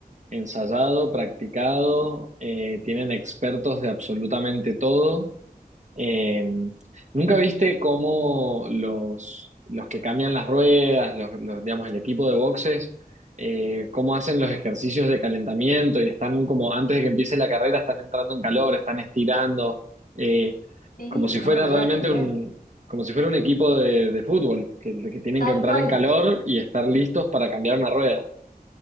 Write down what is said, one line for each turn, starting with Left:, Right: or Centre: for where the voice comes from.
Right: ensayado, practicado, eh, tienen expertos de absolutamente todo. Eh, ¿nunca viste cómo los, los que cambian las ruedas, los, los, digamos, el equipo de boxes, eh, cómo hacen los ejercicios de calentamiento y están como antes de que empiece la carrera, están entrando en calor, están estirando, eh,
Left: Sí,
Right: como si
Left: no
Right: fuera
Left: lo podía
Right: realmente
Left: creer,
Right: un, como si fuera un equipo de, de fútbol, que, que tienen
Left: tal
Right: que entrar
Left: cual.
Right: en calor y estar listos para cambiar una rueda?